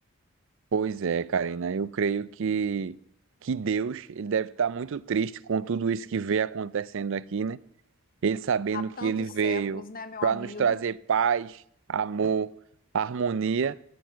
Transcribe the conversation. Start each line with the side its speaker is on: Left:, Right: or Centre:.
Right: Pois é, Karina, eu creio que, que Deus ele deve estar muito triste com tudo isso que vê acontecendo aqui, né? Ele sabendo
Left: Há tantos
Right: que ele veio
Left: séculos, né, meu
Right: para
Left: amigo?
Right: nos trazer paz, amor, harmonia